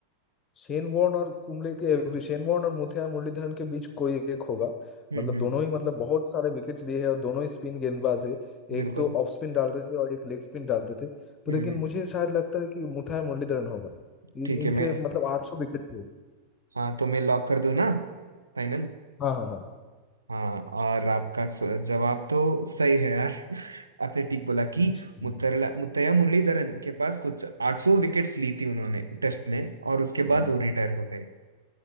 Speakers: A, on the left (about 25°); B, on the right (about 80°).
A: शेन वॉर्न और कुंबले के शेन वॉर्न और मुथैया मुरलीधरन के बीच कोई एक होगा
B: हम्म
A: मतलब
B: हम्म
A: दोनों ही मतलब बहुत सारे विकेट्स लिए हैं और दोनों ही स्पिन गेंदबाज है एक
B: बिल्कुल
A: तो ऑफ स्पिन डालते थे और एक लेग स्पिन डालते थे तो
B: हम्म
A: लेकिन
B: हम्म
A: मुझे शायद लगता है कि मुथैया मुरलीधरन होगा इन
B: ठीक
A: इनके
B: है मैं
A: मतलब 800 विकेट थे
B: हाँ तो मैं लॉक कर दूं ना फाइनल
A: हाँ हाँ
B: हाँ और आपका स- जवाब तो सही है यार <laughs> आपने ठीक बोला कि
A: हाँ
B: मुत्तरला मुत्तैया मुरलीधरन के पास कुछ 800 विकेट्स ली थी उन्होंने टेस्ट में और उसके
A: हाँ
B: बाद वो रिटायर हो गए